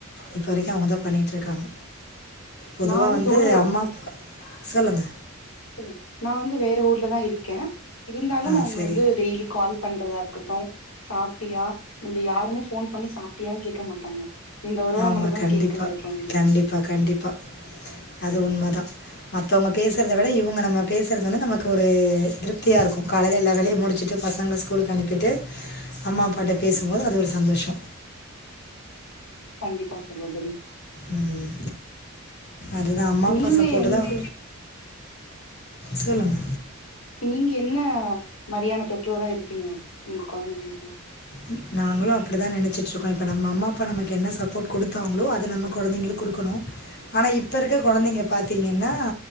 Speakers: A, on the left; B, on the left.
A: இப்போ வரைக்கு அவங்க தா பண்ணிட்ருக்காங்க பொதுவா
B: நா
A: வந்து
B: தூர
A: அம்மாப் சொல்லுங்க
B: ம் நா வந்து வேற ஊர்லதா இருக்கே இருந்தாலும்
A: ஆ
B: அவங்க
A: சரி
B: வந்து டெய்லி கால் பண்றதா இருக்கட்டு சாப்ட்டியா இங்க யாருமே ஃபோன் பண்ணி சாப்டியா கேக் க மாட்டாங்க இந்த உறவு
A: ஆமா
B: மட்டுந்தா
A: கண்டிப்பா
B: கேக்குது எப்பவுமே டெய்லி
A: கண்டிப்பா கண்டிப்பா அது உண்மதா மத் தவங்க பேசுறத விட இவங்க நம்ம பேசுறது வந்து நமக்கு ஒரு திருப்தியா இருக்கு காலையில எல்லா வெலையு முடிச்சுட்டு பசங்கள ஸ்கூலுக்கு அனுப்பிட்டு அம்மா அப்பாட்ட பேசும்போது அது ஒரு சந்தோஷொ
B: கண்டிப்பா சுகோதரி
A: ம். அதுதான் அம்மா,
B: நீங்க
A: அப்பா சப்போர்ட்டு
B: என்
A: தான் சொல்லுங்க
B: நீங்க என்ன மாரியான பெற்றோரா இருப்பீங்க உங்க கொழந்தைங்களுக்கு
A: ந் நாங்களு அப்டிதா நெனச்சிட்ருக்கோ இப்ப நம்ம அம்மா அப்பா நமக்கு என்ன சப்போட் கொடுத்தாங்களோ அத நம்ம கொழந்தைங்களுக்கு கொடுக்கணு ஆனா இப்ப இருக்க கொழந்தைங்க பாத்தீங்கன்னா